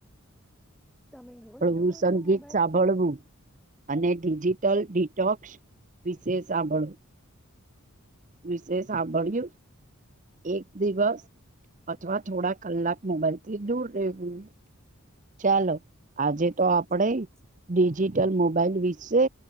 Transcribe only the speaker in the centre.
તમે રોજ
જોવો
છો મોબાઈલ
સાચી
વાત